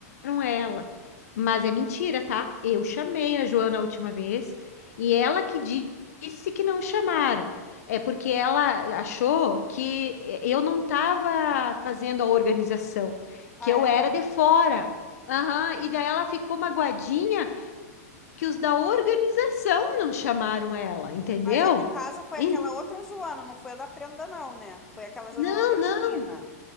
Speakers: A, on the left; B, in the centre.
A: ela. Mas é mentira, tá? Eu chamei a Joana a última vez e ela que di- disse que não chamaram. É porque ela achou que eu não estava fazendo a organização,
B: ah,
A: que eu
B: é?
A: era de fora. Aham, e daí ela ficou magoadinha que os da organização não chamaram ela, entendeu?
B: Mas aí, no caso, foi
A: En-
B: aquela outra Joana, não foi a da prenda, não, né? Foi aquela Joana
A: não,
B: lá da esquina.
A: não,